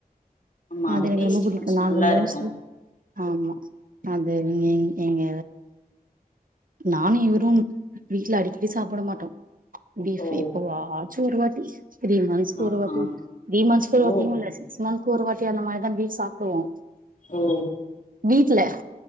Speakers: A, on the left; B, on the right.
A: ஆமா
B: அது எனக்கு
A: டேஸ்ட்
B: ரொம்ப புடிக்கு
A: கொஞ்சோ
B: நாங்க
A: நல்லா
B: மோஸ்ட்லி
A: இருக்கு
B: ஆமா அது எங் எங்க நானு இவரு வீட்டுல அடிக்கடி சாப்புட மாட்டோ பீஃப்
A: ஓ
B: எப்ப வா சு ஒருவாட்டி திரி மந்த்ஸ்
A: ஆஹா
B: ஒரு வாட்டி திரி மந்த்ஸ் ஒரு
A: ஓ
B: வாட்டி கூட இல்ல சிக்ஸ் மந்த்ஸ் ஒரு வாட்டி அந்த மாரிதான் பீஃப் சாப்புடுவோ
A: ஓ
B: வீட்ல